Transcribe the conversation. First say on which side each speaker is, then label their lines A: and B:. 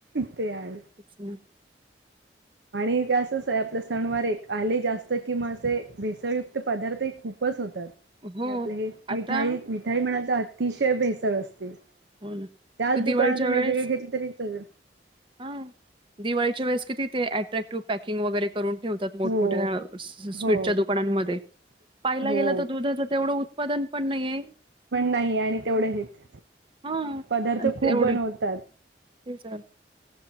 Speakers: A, on the right (about 75°); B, on the right (about 30°).
A: ते आहे.
B: <inaudible>
A: आणि ते असं आपलं सणवार एक आले जास्त कि मग असे भेसळयुक्त पदार्थ हे खूपच होतात. म्हणजे
B: हो
A: आपलं हे मिठाईत
B: आता
A: मिठाई म्हणाल तर अतिशय भेसळ असते.
B: हो ना
A: त्याच
B: तर
A: दुकानातून
B: दिवाळीच्या वेळेस
A: वेगवेगळे घेतले तरी चलल.
B: हा दिवाळीच्या वेळेस किती ते अट्रॅक्टिव्ह पॅकिंग वगैरे करून ठेवतात मोठमोठ्या
A: हो
B: स्वीटच्या
A: हो
B: दुकानांमध्ये. पाहिला
A: हो
B: गेला तर दुधाचं तेवढं उत्पादन पण नाहीये
A: पण नाही आणि तेवढ हेत
B: हा
A: पदार्थ खूप
B: एवढे
A: बनवतात.
B: तेच आहे.